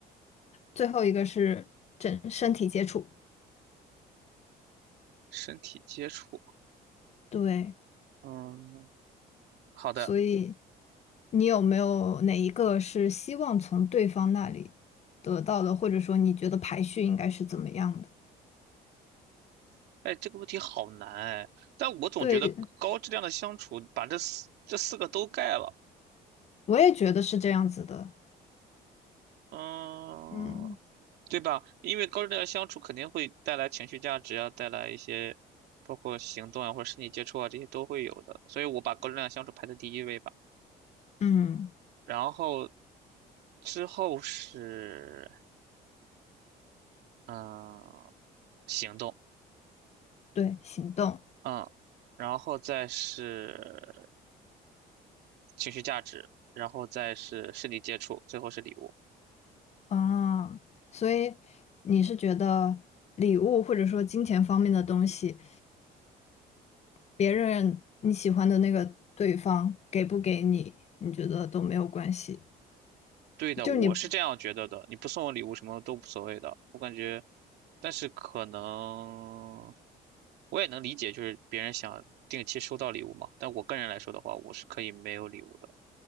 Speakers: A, on the left; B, on the right.
A: 最后一个是整身体接触。
B: 身体接触，
A: 对，
B: 嗯，好的。
A: 所以你有没有哪一个是希望从对方那里得到的，或者说你觉得排序应该是怎么样的？
B: 哎，这个问题好难哎，但我总觉得高质量的相处把这四这四个都盖了，
A: 对，我也觉得是这样子的。
B: 嗯，
A: 嗯
B: 对吧？因为高质量的相处肯定会带来情绪价值啊，带来一些包括行动啊或者身体接触啊这些都会有的，所以我把高质量的相处排在第一位吧。
A: 嗯，
B: 然后之后是嗯行动，
A: 对，行动
B: 嗯，然后再是情绪价值，然后再是身体接触，最后是礼物。
A: 啊，所以你是觉得礼物或者说金钱方面的东西，别人你喜欢的那个对方给不给你，你觉得都没有关系，
B: 对的，
A: 就你
B: 我是这样觉得的。你不送我礼物，什么都无所谓的。我感觉，但是可能我也能理解，就是别人想定期收到礼物嘛。但我个人来说的话，我是可以没有礼物的。